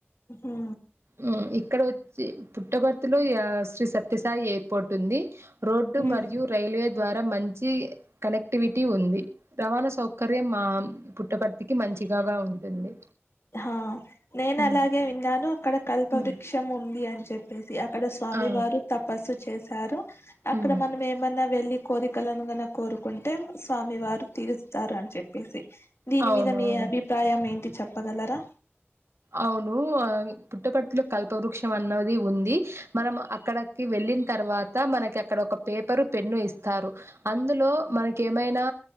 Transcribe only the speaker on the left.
హ
ఉమ్,
హా నేను
అలాగే విన్నాను అక్కడ కల్ప
వృక్షం ఉంది అని చెప్పేసి అక్కడ స్వామి
వారు తపస్సు చేశారు అక్కడ
మనం ఏమన్నా వెళ్ళి కోరికలనుగనె కోరుకుంటే స్వామి వారు తీరుస్తారు అని చెప్పేసి దీని
మీద మీ అభిప్రాయం ఏంటి చెప్పగలరా